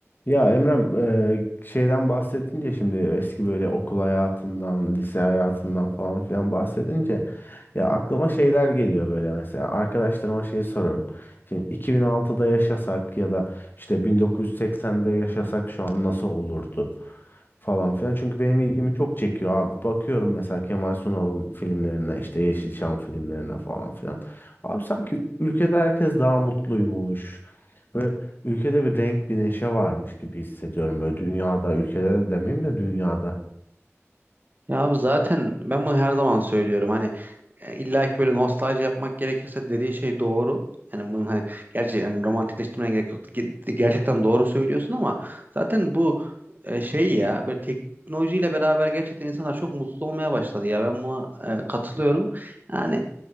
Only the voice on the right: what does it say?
Ya abi zaten ben bunu her zaman söylüyorum. Hani e, illa ki böyle nostalji yapmak gerekirse dediğin şey doğru. Yani bunun hani gerçi yani romantikleştirmene gerek yok. Ge- Gerçekten doğru söylüyorsun ama zaten bu e, şey ya böyle teknolojiyle beraber gerçekten insanlar çok mutsuz olmaya başladı ya. Ben buna e, katılıyorum. Yani